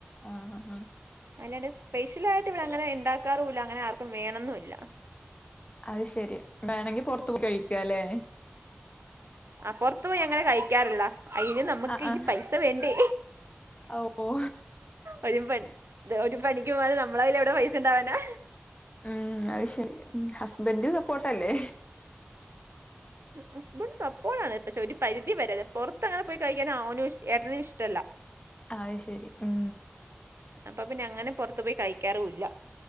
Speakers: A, on the left; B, on the right.
A: ആ അഹ
B: അല്ലാണ്ട് സ്പെഷ്യൽ ആയിട്ട് ഇവിടെ അങ്ങനെ ഇണ്ടാക്കാറുല്ല അങ്ങനെ ആർക്കും വേണന്നുല്ല
A: അത് ശെരി വേണെങ്കി പൊറത്തു പോയി കഴിക്കാല്ലെ
B: ആ പൊറത്തു പോയി അങ്ങനെ കഴിക്കാറില്ലടാ അയിന് നമുക്ക്
A: ആഹ്
B: ഈ പൈസ വേണ്ടേ
A: ആഹ് ഓ
B: ഒരു ഒരു പണിക്കും പോവാതെ നമ്മളെ കയ്യി ലെവിടെ പൈസ ഇണ്ടാവാനാ
A: ഉം അത് ശരി ഹസ്ബൻഡ് സപ്പോർട്ടല്ലേ
B: ഹസ്ബൻസ് സപ്പോട്ടാണ് പക്ഷെ ഒരു പരിധി വരെ പുറത്തങ്ങനെ പോയി കഴിക്കാനവനും ഏട്ടനും ഇഷ്ടമല്ല
A: അത് ശരി ഉം
B: അപ്പൊ പിന്നെ അങ്ങനെ പുറത്തു പോയി കഴിക്കാറുല്ല